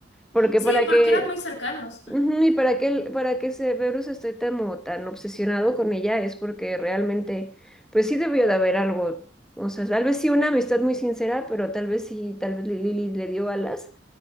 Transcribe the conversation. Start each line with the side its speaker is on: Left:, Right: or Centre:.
Centre: Porque
Left: Sí,
Centre: para
Left: porque
Centre: que,
Left: eran muy cercanos.
Centre: ujú, y para que, el- para que Severus esté tan, como tan obsesionado con ella es porque realmente, pues sí debió de haber algo, o sea, tal vez sí una amistad muy sincera, pero tal vez sí, tal vez Lily le dio alas